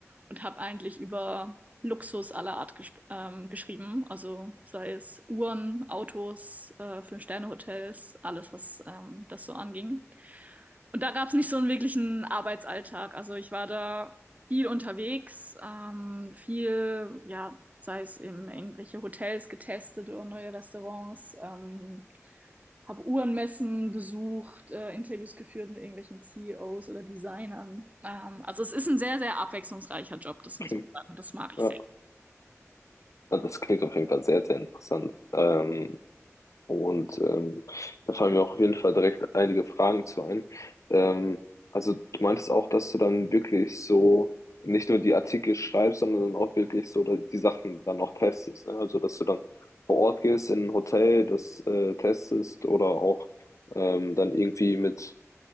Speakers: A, on the right; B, on the left.
A: und habe eigentlich über Luxus aller Art gesp- ähm, geschrieben. Also sei es Uhren, Autos, äh, Fünf-Sterne-Hotels, alles, was ähm, das so anging. Und da gab es nicht so einen wirklichen Arbeitsalltag. Also ich war da viel unterwegs, ähm, viel, ja, sei es eben irgendwelche Hotels getestet oder neue Restaurants, ähm, habe Uhrenmessen besucht, äh, Interviews geführt mit irgendwelchen CEOs oder Designern. Ähm, also es ist ein sehr, sehr abwechslungsreicher Job, das muss
B: Klingt,
A: man sagen, und das mag ich
B: ja.
A: sehr.
B: Ja, Das klingt auf jeden Fall sehr, sehr interessant. Ähm, und ähm, da fallen mir auch auf jeden Fall direkt einige Fragen zu ein. Ähm, also du meintest auch, dass du dann wirklich so nicht nur die Artikel schreibst, sondern dann auch wirklich so die Sachen dann auch testest. Ne? Also dass du dann vor Ort gehst in ein Hotel, das äh, testest oder auch ähm, dann irgendwie mit,